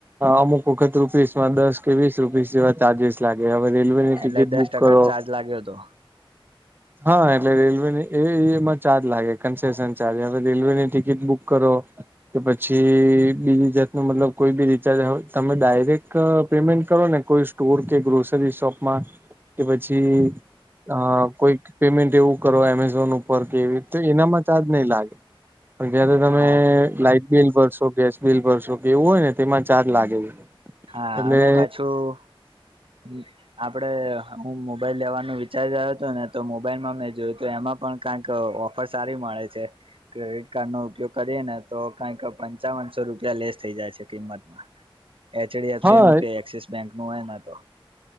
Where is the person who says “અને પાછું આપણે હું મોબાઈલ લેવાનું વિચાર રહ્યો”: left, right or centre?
Right